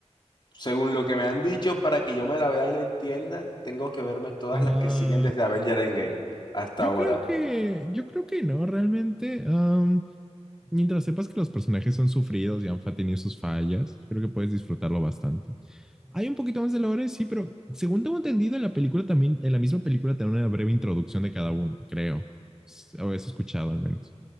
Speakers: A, on the left; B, in the centre.
A: según lo que me han dicho, para que yo me la vea y la entienda, tengo que verme todas
B: Ah,
A: las que siguen desde Avenger Endgame hasta
B: yo
A: ahora.
B: creo que, yo creo que no, realmente. am, Mientras sepas que los personajes son sufridos y han tenido sus fallas, creo que puedes disfrutarlo bastante. Hay un poquito más de lore, sí, pero según tengo entendido, en la película también, en la misma película te una breve introducción de cada uno, creo. O eso he escuchado al menos.